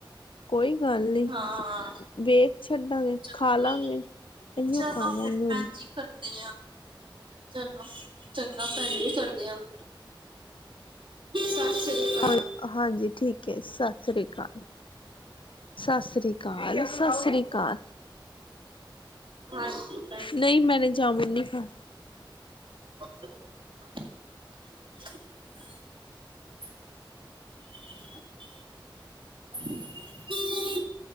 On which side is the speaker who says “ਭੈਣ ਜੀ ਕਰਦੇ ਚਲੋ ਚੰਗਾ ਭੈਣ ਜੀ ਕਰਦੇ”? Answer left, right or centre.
Right